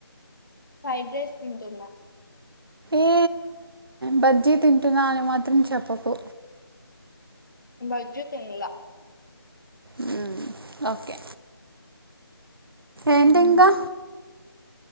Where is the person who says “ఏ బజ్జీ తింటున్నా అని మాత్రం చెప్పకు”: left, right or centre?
Right